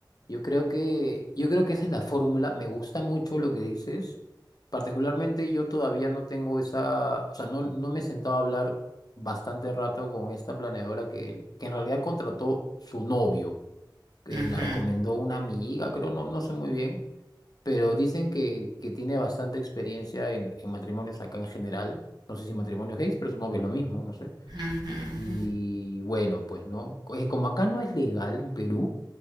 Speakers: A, on the left (about 55°); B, on the right (about 65°).
A: yo creo que, yo creo que esa es la fórmula. Me gusta mucho lo que dices. Particularmente yo todavía no tengo esa, o sea, no, no me he sentado a hablar bastante rato con esta planeadora que, que en realidad contrató su novio, que
B: Ujú,
A: la recomendó una amiga, creo, no, no sé muy bien, pero dicen que, que tiene bastante experiencia en, en matrimonios acá en general. No sé si matrimonios gays, pero supongo que es lo mismo, no sé.
B: ujú,
A: Y
B: ujú.
A: bueno, pues no, Co- es como acá no es legal en Perú,